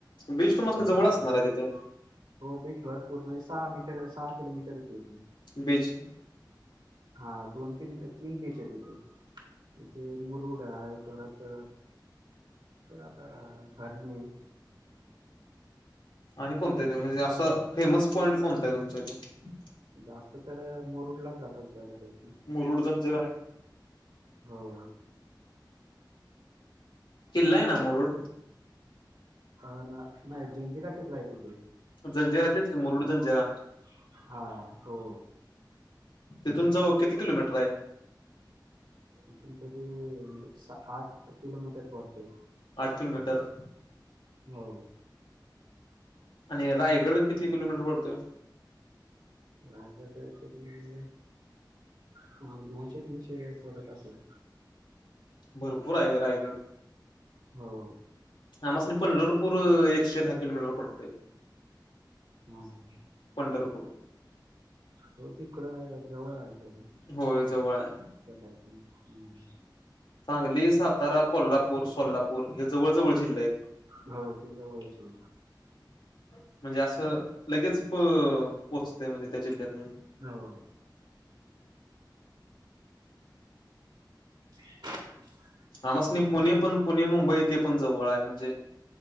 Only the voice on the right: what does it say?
हो
इथून
हो बीचवर पूर्ण सहा मीटर सहा किलोमीटर येते इथून
हा दोन तीन तीन बीच आहे तिथे इथे मुरुडा आहे. परत आता हरणे आहेत.
जास्त तर मुरुडलाच जातात बऱ्यापैकी
हो.
अ न नाही जंजिरा किल्ला आहे. तिथे
वाटतं.
हा हो.
इथून तरी सा आठ किलोमीटर पडते.
हो.
रायगड <unintelligible> तरी ह दोनशे तीनशे पडत असल.
हो.
हम्
हो तिकडं हाय जवळ-
त्या साईटन. हम्म
हो ती जवळची.
हो <inaudible>